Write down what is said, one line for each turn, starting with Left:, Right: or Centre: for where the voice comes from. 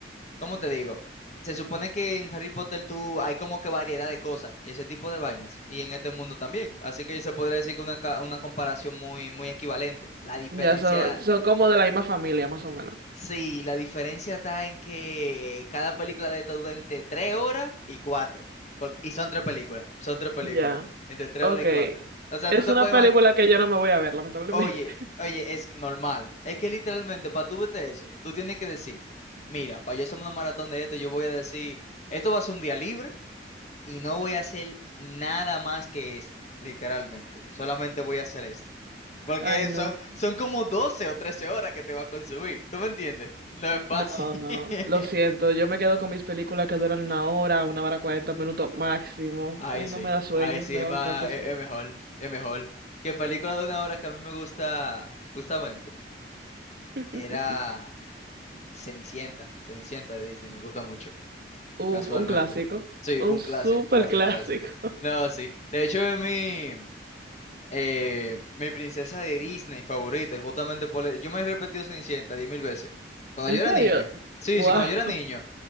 Left: ¿cómo te digo? Se supone que en Harry Potter tú hay como que variedad de cosas y ese tipo de vainas y en este mundo también, así que se podría decir que una, ca- una comparación muy, muy equivalente. La diferencia,
Right: Ya son, son como de la misma familia, más o menos.
Left: sí, la diferencia está en que cada película de esta dura entre tres horas y cuatro, porque- y son tres películas, son tres películas,
Right: Ya,
Left: entre tres
Right: ok.
Left: horas y cuatro. O sea,
Right: Es
Left: tú te
Right: una
Left: puedes
Right: película
Left: imaginar
Right: que yo no me voy a ver, lamentablemente.
Left: Oye, oye, es normal. Es que literalmente, para tú verte eso, tú tienes que decir, mira, para yo hacerme una maratón de esto, yo voy a decir, esto va a ser un día libre y no voy a hacer nada más que esto, literalmente. Solamente voy a hacer esto. Porque
Right: <laughs> Ay, no,
Left: son, son como 12 o 13 horas que te va a consumir. ¿Tú me entiendes? No es fácil.
Right: no, no.
Left: <laughs>
Right: Lo siento, yo me quedo con mis películas que duran una hora, una hora cuarenta minutos máximo.
Left: Ahí
Right: Ay,
Left: sí,
Right: no me da sueño,
Left: ahí sí,
Right: me
Left: es
Right: da
Left: más,
Right: bastante sueño.
Left: es, es mejor, es mejor. ¿Qué película de una hora que a mí me gusta, justamente,
Right: <laughs>
Left: era... Cenicienta, Cenicienta de Disney, me gusta mucho,
Right: Uf,
Left: casualmente.
Right: un clásico.
Left: Sí,
Right: Un
Left: un
Right: súper
Left: clásico, clásico,
Right: clásico.
Left: clásico.
Right: <laughs>
Left: No, sí. De hecho, es mi, eh, mi princesa de Disney favorita, y justamente por... e- Yo me he repetido Cenicienta diez mil veces. Cuando
Right: ¿En
Left: yo
Right: serio?
Left: era niño, sí,
Right: Wow.
Left: sí, cuando yo era niño,